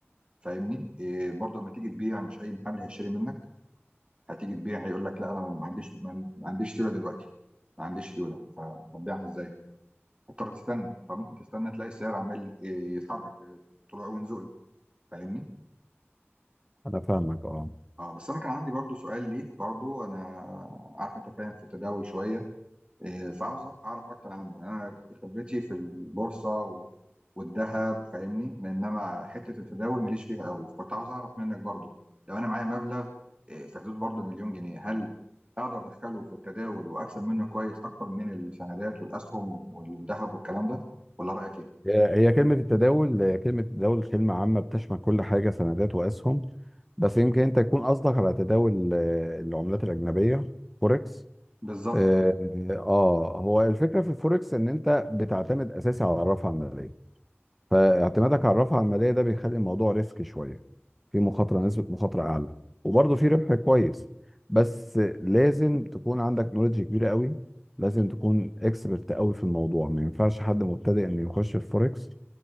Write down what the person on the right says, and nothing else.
فاهمني إيه برضه لما تيجي تبيع مش اي محل هيشتري منك هتيجي تبيع يقول لك لا انا ما عنديش ما عنديش سيوله دلوقتي ما عنديش سيوله فببيعها ازاي هتضطر تستنى فممكن تستنى تلاقي السعر عمال إيه، يتحرك إيه، طلوع ونزول فاهمني
اه بس انا كان عندي برضه سؤال ليك برضه انا عارف انت فاهم في التداول شويه إيه، فعاوز أع- اعرف اكتر عنه يعني انا خبرتي في البورصه و- والذهب فاهمني لانما حته التداول ماليش فيها قوي فكنت عاوز اعرف منك برضو لو انا معايا مبلغ إيه، في حدود برضو مليون جنيه هل اقدر ادخله في التداول واكسب منه كويس اكتر من السندات والاسهم والذهب والكلام ده ولا رايك ايه
بالظبط
كده